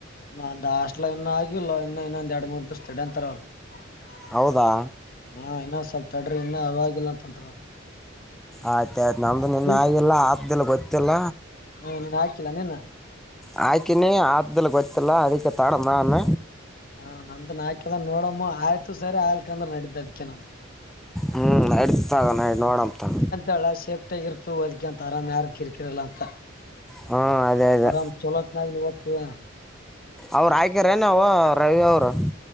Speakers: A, on the left; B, in the centre.
A: ನಂದ ಹಾಸ್ಟೆಲ್ ಇನ್ನು ಆಗಿಲ್ಲ ಇನ್ನು ಎರಡು ಮೂರು ದಿನ ಹೇಳಿ ಅಂತಾರೆ ಇನ್ನುೂ ಆಗಿಲ್ಲ ಇನ್ನು ಇನ್ನೊಂದ್ ಎರಡು ಮೂರ್ ದಿವಸ ತಡೆ ಅಂತಾರ
B: ಹೌದಾ
A: ಹಾ ಇನ್ನೊ ಸ್ವಲ್ಪ ತಡ್ರಿ ಇನ್ನ ಅವಾಗಿಲ್ಲ ಅಂತಂತ್ರ
B: ಆಯ್ತ ಆಯ್ತು ನಮ್ದು ನಿನ್ನ
A: ನಿನ್
B: ಆಗಿಲ್ಲ ಆತ್ದಿಲ್ಲ ಗೊತ್ತಿಲ್ಲ
A: ಹಾ ನೀನ್ ಹಾಕಿಲ್ಲ ನಿನ್ನ
B: ಹಾಕಿನಿ ಆತ್ತದಲ್ಲಿ ಕೊತ್ತಿಲ್ಲ ಅದಕ್ಕೆ ತಡದಾನ
A: ಹಾ ನಂದು ನಾಕದ ನೋಡಮ್ಮ ಆಯ್ತು ಸರಿ ಆಯ್ಲದ್ರ ನಡಿದ್ದ ಅದಕ ನಾನ
B: ಹ್ಮ್ ಎಡ್ ತಗಣ ನೋಡ ತಗ
A: ಕಳಾಶೆಪ್ ಒಟ್ಟಗ ಇರ್ತ ಅಓದಕ ಅಂತ ಆರಾಮ್ ಯಾರ ಕಿರ್ಕಿರಲ್ಲ ಅಂತ
B: ಹ್ಞೂ ಅದೇ ಅದೇ
A: ಆರಾಮ್ ಚಲೋತ್ನಾಗ ಪುವ
B: ಅವ್ರ ಆಯ್ಕಾರಏನ ಅವ ರವಿ ಅವರು